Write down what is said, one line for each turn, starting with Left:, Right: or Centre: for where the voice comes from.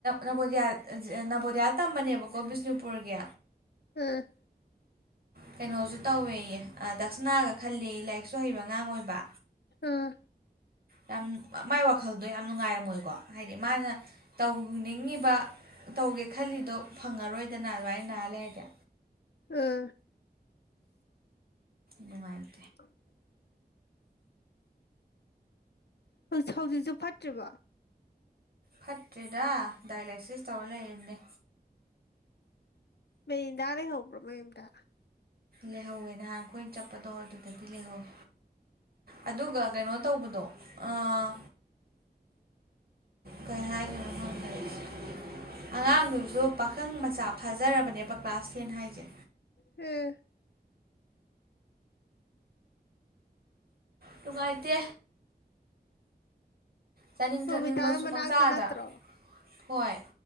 Right: ꯅꯣꯕꯣꯗꯥꯌꯥ ꯑꯟ ꯖꯦ ꯅꯕꯣꯗꯌꯥ ꯇꯝꯕꯅꯦꯕ ꯀꯣ ꯕꯤꯁꯅꯨꯄꯨꯔꯒꯤ
Left: ꯑ
Right: ꯀꯩꯅꯣꯁꯨ ꯇꯧꯋꯦꯌꯦ ꯑ ꯗꯛꯁꯅꯥꯒ ꯈꯜꯂꯦ ꯌꯦ꯫ ꯂꯥꯏꯔꯤꯛꯁꯨ ꯍꯩꯕ ꯑꯉꯥꯡ ꯑꯣꯏꯕ꯫
Left: ꯑꯥ
Right: ꯌꯥꯝ ꯃꯥꯏ ꯋꯥꯈꯜꯗꯣ ꯌꯥꯝ ꯅꯨꯡꯉꯥꯏꯔꯝꯃꯣꯏꯀꯣ ꯍꯥꯏꯗꯤ ꯃꯥꯅ ꯇꯧꯅꯤꯡꯉꯤꯕ ꯇꯧꯒꯦ ꯈꯜꯂꯤꯗꯣ ꯐꯪꯉꯔꯣꯏꯗꯅ ꯑꯗꯨꯃꯥꯏꯅ ꯅꯥ ꯂꯩꯔꯗꯤ꯫
Left: ꯑꯥ
Right: ꯅꯨꯡꯉꯥꯏ꯫
Left: <inaudible> ꯍꯧ ꯍꯧꯖꯤꯛꯁꯨ ꯐꯠꯇ꯭ꯔꯤꯕꯣ
Right: ꯐꯠꯇ꯭ꯔꯤꯗ ꯗꯥꯏꯂꯥꯏꯁꯤꯁ ꯇꯧꯔ ꯂꯩꯔꯅꯦ
Left: ꯃꯦꯔꯤꯟꯗ ꯂꯩꯍꯧꯕ꯭ꯔꯣ ꯃꯌꯨꯝꯗ꯫
Right: ꯂꯩꯍꯧꯋꯦ ꯅꯍꯥꯟ ꯑꯩꯈꯣꯏꯅ ꯆꯠꯄꯗꯣ ꯑꯗꯨꯗꯗꯤ ꯂꯩꯍꯧꯋꯦ ꯑꯗꯨꯒ ꯀꯩꯅꯣ ꯇꯧꯕꯗꯣ ꯑꯥ ꯀꯩ ꯍꯥꯏꯗꯣꯏꯅꯣ ꯈꯪꯗꯔꯦ ꯑꯩꯁꯦ꯫ ꯑꯉꯥꯡꯗꯨꯁꯨ ꯄꯥꯈꯪ ꯃꯆꯥ ꯐꯥꯖꯔꯕꯅꯦꯕ ꯀ꯭ꯂꯥꯁ ꯇꯦꯟ ꯍꯥꯏꯁꯦ
Left: ꯎꯝ
Right: ꯅꯨꯡꯉꯥꯏꯇꯦ ꯆꯥꯅꯤꯡ
Left: ꯔꯣꯃꯤꯇꯥ
Right: ꯊꯛꯅꯤꯡꯕꯁꯨ
Left: ꯃꯅꯥꯛꯇ
Right: ꯄꯪꯆꯥꯗ
Left: ꯅꯠꯇ꯭ꯔꯣ
Right: ꯍꯣꯏ